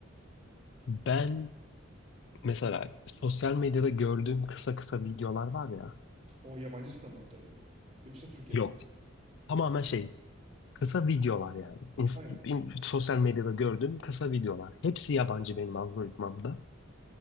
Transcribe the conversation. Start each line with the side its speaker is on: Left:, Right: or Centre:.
Left: ben Mesela sosyal medyada gördüğüm kısa kısa videolar var ya.
Right: O yabancı stand-up'ların mı? Yoksa Türkiye'dekilerin
Left: Yok.
Right: mi?
Left: Tamamen şey. Kısa videolar yani. İnst-
Right: Aynen.
Left: in- sosyal medyada gördüğüm kısa videolar. Hepsi yabancı benim algoritmamda.